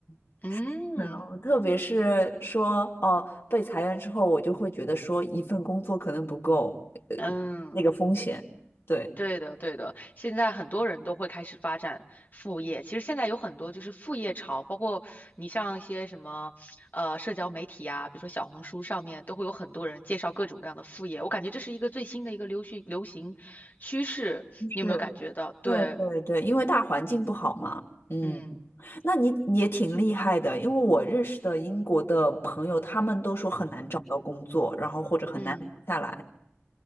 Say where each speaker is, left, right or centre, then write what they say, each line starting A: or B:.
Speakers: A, on the left; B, on the left.
A: <laughs>
B: 嗯
A: 然后特别是说哦，被裁员之后，我就会觉得说一份工作可能不够，呃，
B: 嗯，
A: 那个风险，对。
B: 对的对的，现在很多人都会开始发展副业。其实现在有很多就是副业潮，包括你像一些什么呃社交媒体啊，比如说小红书上面都会有很多人介绍各种各样的副业。我感觉这是一个最新的一个流行流行趋势，你有没有感觉到？
A: 是。
B: 对。
A: 对对对，因为大环境不好嘛。嗯，
B: 嗯
A: 那你也挺厉害的，因为我认识的英国的朋友，他们都说很难找到工作，然后或者很难留下来。
B: 嗯，